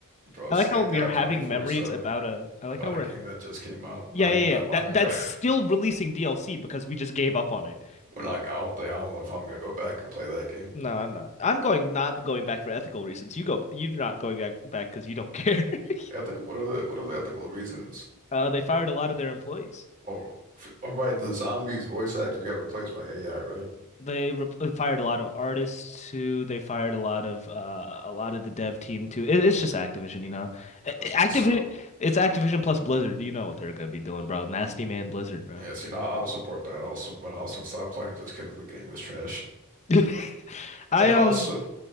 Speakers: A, on the right; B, on the left.
A: bro,
B: I
A: stakeout
B: like how we are having
A: 24/7
B: memories about a. I like
A: about
B: how we're.
A: a game that just came out
B: Yeah,
A: not
B: yeah,
A: even that
B: yeah.
A: long
B: That
A: ago.
B: that's
A: <laughs>
B: still releasing DLC because we just gave up on it.
A: We're not. I don't think. I don't know if I'm gonna go back and play that game.
B: No, I'm not. I'm going not going back for ethical reasons. You go. You're not going back back because you don't care. <laughs>
A: Ethical. What are the What are the ethical reasons?
B: Uh, they fired a lot of their employees.
A: Oh, f- oh, right. The zombies voice actors got replaced by AI, right?
B: They re fired a lot of artists too. They fired a lot of uh a lot of the dev team too. It, it's just Activision, you know. Activision,
A: That's messed up.
B: it's Activision plus Blizzard. You know what they're gonna be doing, bro. Nasty man Blizzard, bro.
A: Yeah. See, now I don't support that also, but I also stopped playing just because the game is trash.
B: <laughs> I
A: And
B: um.
A: also